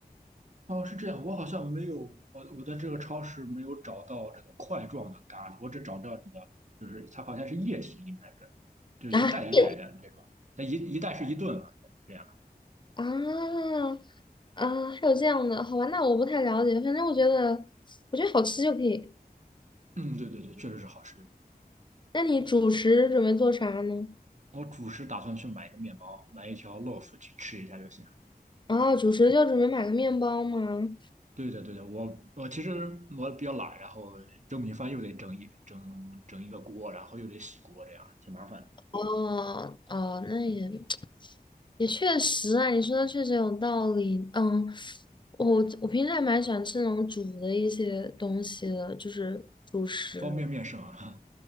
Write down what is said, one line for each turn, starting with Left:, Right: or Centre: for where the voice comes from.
Right: 哦，是这样，我好像没有，我我在这个超市没有找到这个块状的咖喱，我只找到这个，就是它好像是液体，应该是就是一袋一袋的这种，
Left: <laughs>
Right: 它一一袋是一顿嘛，这样。
Left: 啊啊，还有这样的，好吧，那我不太了解，反正我觉得，我觉得好吃就可以。
Right: 嗯，对对对，确实是好吃。
Left: 那你主食准备做啥呢？
Right: 我主食打算去买一个面包，买一条 loaf 去吃一下就行。
Left: 啊，主食就准备买个面包吗？
Right: 对的，对的，我我其实我比较懒，然后蒸米饭又得整一整整一个锅，然后又得洗锅，这样挺麻烦的。
Left: 哦哦，那也也确实啊，你说的确实有道理。嗯，我我平时还蛮喜欢吃那种煮的一些东西的，就是主食。
Right: 方便面是吗？